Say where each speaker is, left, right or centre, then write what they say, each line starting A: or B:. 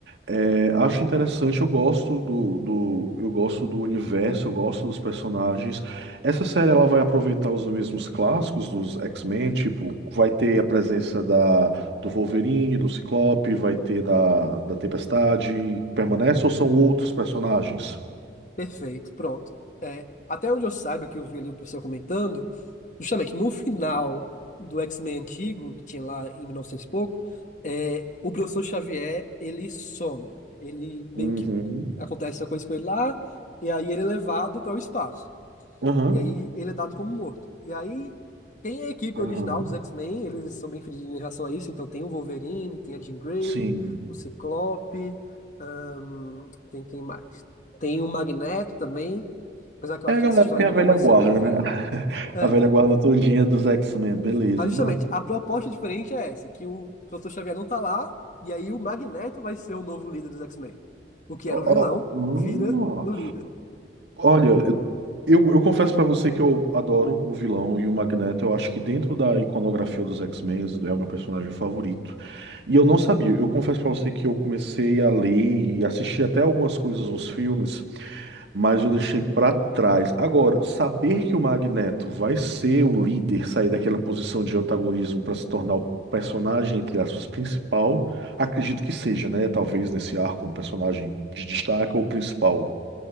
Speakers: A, on the right (about 75°); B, on the left (about 45°).
A: É, acho interessante, eu gosto do, do, eu gosto do universo, eu gosto dos personagens. Essa série ela vai aproveitar os mesmos clássicos dos X-Men, tipo, vai ter a presença da, do Wolverine, do Ciclope, vai ter da, da Tempestade. Permanece ou são outros personagens?
B: Perfeito, pronto. É, até onde eu saiba, que eu vi ali o pessoal comentando, justamente no final do X-Men antigo, que tinha lá em 1900 e novecentos e pouco, é, o professor Xavier, ele some. Ele meio
A: Uhum.
B: que acontece uma coisa com ele lá, e aí ele é levado para o espaço.
A: Aham.
B: E aí ele é dado como morto. E aí tem a equipe
A: Aham.
B: original dos X-Men, eles são bem felizes em relação a isso. Então tem o Wolverine, tem a Jean Grey,
A: Sim.
B: o Ciclope, ahn, tem quem mais? Tem o Magneto também, apesar que eu
A: É,
B: acho
A: a
B: que
A: galera
B: nessa história
A: tem
B: ele
A: a velha
B: não vai ser
A: guarda,
B: bem o virão.
A: né? <laughs>
B: É,
A: A velha guarda
B: é.
A: todinha dos X-Men, beleza.
B: Mas justamente,
A: Não.
B: a proposta diferente é essa, que o Professor Xavier não tá lá, e aí o Magneto vai ser o novo líder dos X-Men. O que
A: Ó,
B: era o vilão,
A: ó, hum,
B: vira o líder.
A: Olha, eu, eu eu confesso pra você que eu adoro o vilão e o Magneto. Eu acho que dentro da iconografia dos X-Men é o meu personagem favorito. E eu não sabia. Eu confesso pra você que eu comecei a ler e assistir até algumas coisas nos filmes. mas eu deixei para trás. Agora, saber que o Magneto vai ser o líder, sair daquela posição de antagonismo para se tornar o personagem, entre aspas, principal, acredito que seja, né? Talvez nesse arco, um personagem de destaque ou principal.